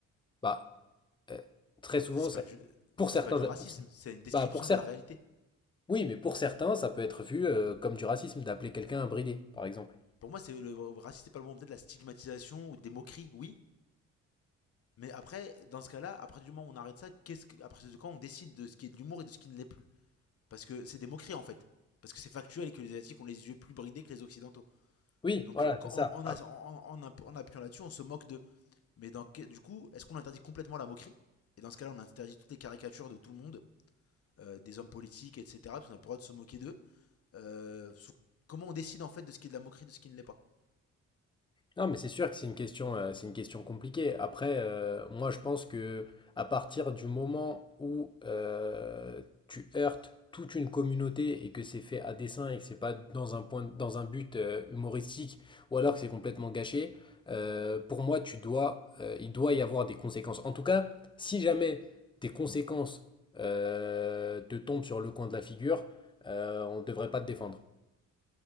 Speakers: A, on the left (about 15°); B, on the left (about 50°).
A: Bah, euh, très souvent,
B: Ça, c'est
A: ça,
B: pas du,
A: pour
B: ça,
A: certains,
B: c'est pas du racisme.
A: pour, cer-
B: C'est une description
A: bah, pour certains,
B: de la réalité.
A: oui, mais pour certains, ça peut être vu euh, comme du racisme d'appeler quelqu'un un bridé, par exemple.
B: Pour moi, c'est le racisme, c'est pas le bon, peut-être la stigmatisation ou des moqueries, oui. Mais après, dans ce cas-là, à partir du moment où on arrête ça, qu'est-ce que, à partir de quand on décide de ce qui est de l'humour et de ce qui ne l'est plus? Parce que c'est des moqueries en fait. Parce que c'est factuel et que les Asiatiques ont les yeux plus bridés que les Occidentaux.
A: Oui,
B: Donc
A: voilà, c'est ça.
B: en, en
A: Ah,
B: en- en- en- appuyant là-dessus, on se moque d'eux. Mais dans, du coup, est-ce qu'on interdit complètement la moquerie Et dans ce cas-là, on interdit toutes les caricatures de tout le monde, euh, des hommes politiques, etc. Parce qu'on a pas le droit de se moquer d'eux. Euh, sous- comment on décide en fait de ce qui est de la moquerie, de ce qui ne l'est pas
A: Non, mais c'est sûr que c'est une question, euh, c'est une question compliquée. Après, euh, moi, je pense que à partir du moment où euh, tu heurtes toute une communauté et que c'est fait à dessein et que c'est pas dans un point, dans un but euh, humoristique ou alors que c'est complètement gâché, euh, pour moi, tu dois, euh, il doit y avoir des conséquences. En tout cas, si jamais des conséquences euh, te tombent sur le coin de la figure, euh, on ne devrait pas te défendre.